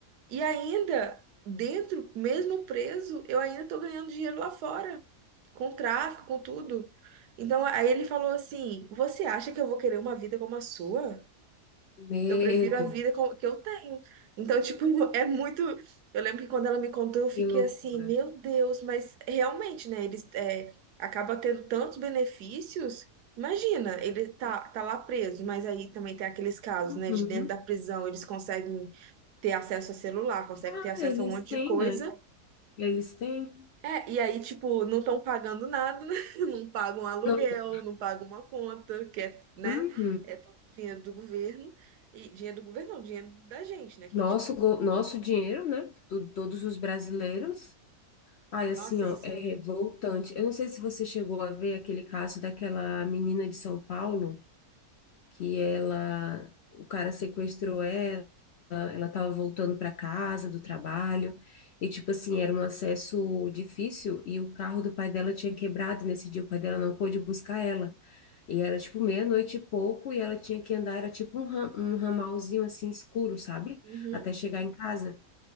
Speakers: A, on the right (about 85°); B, on the left (about 80°).
A: E ainda, dentro, mesmo preso, eu ainda tô ganhando dinheiro lá fora com tráfico, com tudo. Então, aí ele falou assim: Você acha que eu vou querer uma vida como a sua?
B: Meu
A: Eu prefiro
B: Deus,
A: a vida com- que eu tenho. Então, tipo, <laughs> é muito. Eu lembro que quando ela me contou, eu fiquei
B: que loucura.
A: assim: Meu Deus, mas realmente, né? Eles é, acaba tendo tantos benefícios. Imagina, ele tá, tá lá preso, mas aí também tem aqueles casos,
B: Uhum.
A: né? De dentro da prisão, eles conseguem ter acesso a celular, conseguem
B: Ah,
A: ter acesso
B: eles
A: a um monte
B: têm,
A: de coisa.
B: né? Eles têm.
A: É, e aí, tipo, não estão pagando nada, né? <laughs> Não pagam aluguel,
B: Não, tem-
A: não pagam uma conta, que é, né?
B: uhum.
A: É todo dinheiro do governo. E dinheiro do governo, não, dinheiro da gente, né? Que
B: Nosso,
A: a gente, tipo,
B: go- nosso dinheiro, né? Do, todos os brasileiros. Ai,
A: nossa,
B: assim, ó,
A: isso
B: é
A: é.
B: revoltante. Eu não sei se você chegou a ver aquele caso daquela menina de São Paulo, que ela, o cara sequestrou ela, ela tava voltando para casa do trabalho, e tipo assim, era um acesso difícil, e o carro do pai dela tinha quebrado nesse dia, o pai dela não pôde buscar ela. E era tipo meia-noite e pouco, e ela tinha que andar, era tipo um, ram- um ramalzinho assim escuro, sabe?
A: Uhum,
B: Até chegar em casa.